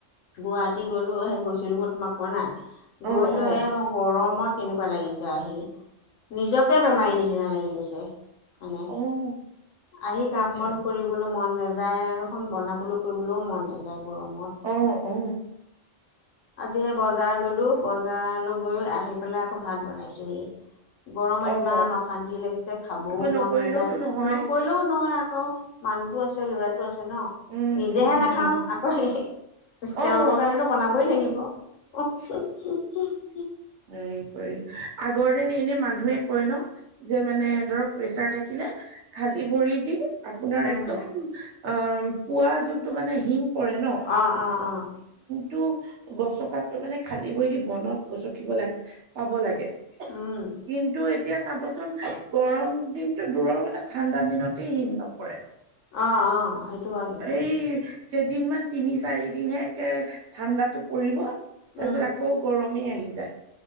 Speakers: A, on the left (about 85°); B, on the right (about 65°).
A: গুৱাহাটী গ'লো সেই গৈছিলোঁ মই তোমাক কোৱা নাই
B: অ',
A: গৈলো
B: অ'।
A: হে মোৰ গৰমত কেনেকুৱা লাগিছে আহি নিজকে বেমাৰী নিচিনা লাগি গৈছে নেে
B: অ',
A: আহি
B: আচ্ছা
A: কাম
B: আচ্ছা
A: বন কৰিবলৈ মন নাযায় আৰুখন বনাবলৈ কৰিবলৈও মন নাযায় গৰমত
B: উ উ
A: আজি সেই বজাৰ গলো বজাৰলৈ গৈ আহি পেলাই আকৌ ভাত বনাইছোহি গৰমত
B: অ',
A: ইমান অশান্তি লাগিছে খাবও
B: আকৌ নকৰিলেওতো
A: মন নাযায়
B: নহয়।
A: নকৰি ও নহয় আকৌ মানুহতো আছে ল'ৰাটো আছে ন
B: উম,
A: নিজেহে
B: উম,
A: নাখাম
B: উম।
A: আকৌ
B: অ',
A: তেওঁলোকৰ কাৰণেতো বনাব ল
B: হে কৰি আগৰ দিন এনে মানুহে কয় ন যে মানে ধৰক প্ৰেচাৰ থাকিলে খালি ভৰি দি আপোনাৰ
A: উম
B: একদম অ পোৱাা যোনটো মানে হিম পৰে ন
A: অ অ অ
B: টো গছকাকৈ মানে খালী বৈ দি বনত গছকিব লাগে পাব লাগে
A: উম
B: কিন্তু এতিয়া চাবচোন গৰম দিনতটো দূৰৰ কথা ঠাণ্ডা দিনতে হীন নপৰে
A: অ অ সেইটো হয় কিন্তু
B: এই কেইদিনমান তিনি চাৰি দিনে একে ঠাণ্ডাতটো পৰিব তাৰ
A: উম।
B: পিছত আকৌ গৰমেই আহি যায়